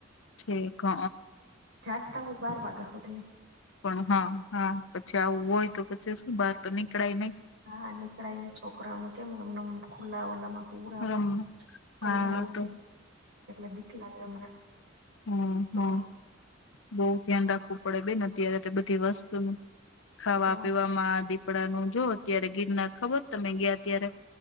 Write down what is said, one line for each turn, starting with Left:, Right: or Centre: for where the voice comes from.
Left: ઠીક હ
Right: જાગતા હોય બાર વાગ્યા હો ત.
Left: પણ હા હા પછી આવું હોય તો પછી શું બહાર તો નીકળાય નહી.
Right: હા નીકળાય ને છોકરાઓને કેમ એમના ખુલ્લા ઓલામાં પૂરાવા
Left: રમવા
Right: કઈ
Left: હા
Right: આવી
Left: તો
Right: જાય એટલે બીક લાગે અમને.
Left: હમ્મ
Right: તો
Left: હમ્મ. બહુ ધ્યાન રાખવું પડે બેન અત્યારે તે બધી વસ્તુનું. ખાવા
Right: તો
Left: પીવામાં દીપડા નુ જો અત્યારે ગિરનાર ખબર તમે ગયા ત્યારે